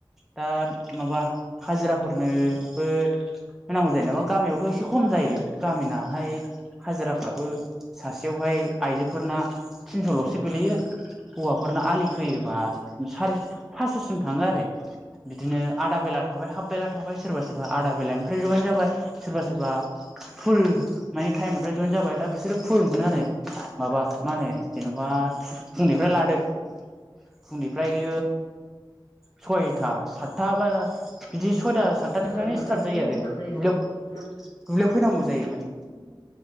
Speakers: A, in the centre; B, on the left (about 65°).
A: दा माबा हाजिराफोरनोबो होनांगौ जायो नामा गामियावथ' एसे खम जायो गामिनाहाय हाजिराफ्राबो सासेयावहाय आइजोफोरना थिनस'ल'सो गोलैयो। हौवाफोरना आलि फोयोबा सारि फासस'सिम थाङो आरो। बिदिनो आदा बेला थाबाय हाफ बेला थाबाय सोरबा सोरबा आदा बेलानिफ्राय जयेन जाबाय सोरबा सोरबा फुल माने टाइमनिफ्राय जयेन जाबाय दा बिसोरो फुल मोनो आरो। माबा मा होनो जेन'बा फुंनिफ्राय लादो। फुंनिफ्राय सय सथा साथा बा बिदि सयथा सा साततानिफ्रायनो
B: साराय सातथानिफ्रायनो
A: स्टार्ट जायो आरो
B: स्टार्ट जायो
A: दुलियाव
B: आरो ग्लोब
A: दुब्लियाव फैनांगौ जायो। माने